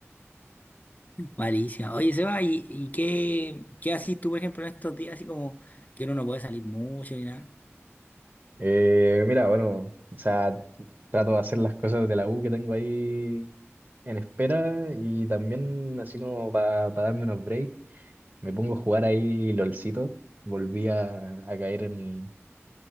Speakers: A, on the left; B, on the right.
A: malísima. Oye Seba, ¿y, y qué, qué haces tú, por ejemplo, en estos días, así como que uno no puede salir mucho ni nada?
B: Eh, mira, bueno, o sea, trato de hacer las cosas de la U que tengo ahí en espera y también así como para darme unos breaks, me pongo a jugar ahí LOLcito, volví a, a caer en,